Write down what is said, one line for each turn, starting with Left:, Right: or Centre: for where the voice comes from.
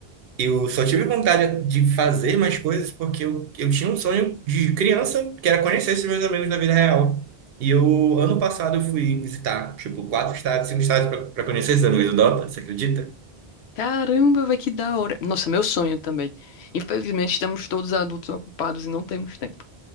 Right: eu só tive vontade de fazer mais coisas porque eu, eu tinha um sonho de criança, que era conhecer esses meus amigos na vida real. E eu, ano passado, eu fui visitar, tipo, quatro estados, cinco estados para conhecer esses amigos do Dota, você acredita?
Left: Caramba, vai que da hora. Nossa, meu sonho também. Infelizmente, estamos todos adultos ocupados e não temos tempo.